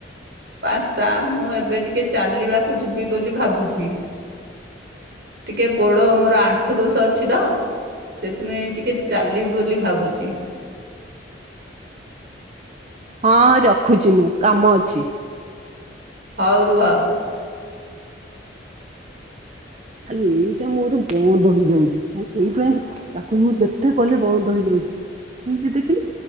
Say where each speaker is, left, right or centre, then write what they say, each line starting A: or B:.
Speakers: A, on the right; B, on the right.
A: ପାସ୍ତା। ମୁଁ ଏବେ ଟିକେ ଚାଲିବାକୁ ଯିବି ବୋଲି ଭାବୁଛି। ଟିକେ ଗୋଡ ମୋର ଆଣ୍ଠୁ ଦୋଷ ଅଛି ତ ସେଥିପାଇଁ ଟିକେ ଚାଲିବି ବୋଲି ଭାବୁଛି।
B: ହଁ ରଖୁଛି ମୁଁ କାମ ଅଛି।
A: ହଉ ରୁହ।
B: ଆଲୋ ଏଇଟା ମୋର ବନ୍ଦ ହେଇଯାଉଛି। ମୁଁ ସେଇଥପାଇଁ ତାକୁ ମୁଁ ଯେତେ କହିଲେ ବନ୍ଦ ହେଇଯାଉଛି। ନିଜେ ଦେଖିଲି।